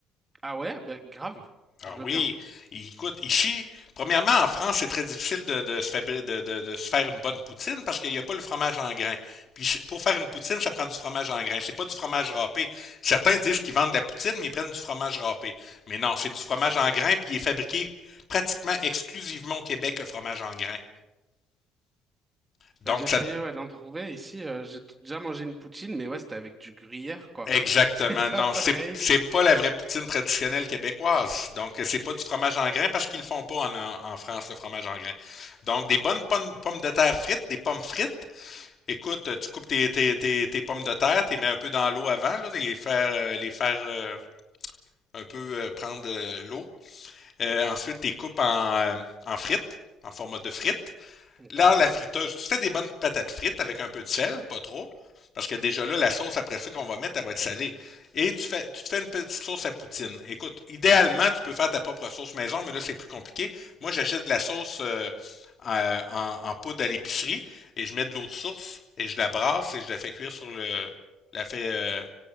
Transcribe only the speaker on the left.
Ah
oui,
Il- écoute, ici, premièrement, en France, c'est très difficile de, de se fabri- de, de- de se faire une bonne poutine parce qu'il n'y a pas le fromage en grains. Puis c'est- pour faire une poutine, ça prend du fromage en grains. C'est pas du fromage râpé. Certains disent qu'ils vendent de la poutine, mais ils prennent du fromage râpé. Mais non, c'est du fromage
en grains, puis il est fabriqué pratiquement exclusivement au Québec, le fromage en grains. Donc,
ça
Exactement.
Non,
c'est c'est pas la vraie poutine traditionnelle québécoise. Donc euh, c'est pas du fromage en grain parce qu'ils le font pas en, en France le fromage en grain. Donc des bonnes pommes, pommes de terre frites, des pommes frites. Écoute, euh, tu coupes tes, tes, tes, tes pommes de terre, t'es mets un peu dans l'eau avant là, les faire euh, les faire euh, un peu euh, prendre euh, l'eau. Euh, ensuite, t'es coupes en euh, en frites, en format de frites.
Là, la friteuse, tu fais des bonnes patates frites avec un peu de sel, pas trop, parce que déjà là, la sauce après ça qu'on va mettre, elle va être salée. Et tu, fais, tu te fais une petite sauce à poutine. Écoute, idéalement, tu peux faire ta propre sauce maison, mais là, c'est plus compliqué. Moi, j'achète de la sauce euh, en, en, en poudre à l'épicerie et je mets de l'eau de source et je la brasse et je la fais cuire sur le. La fais euh,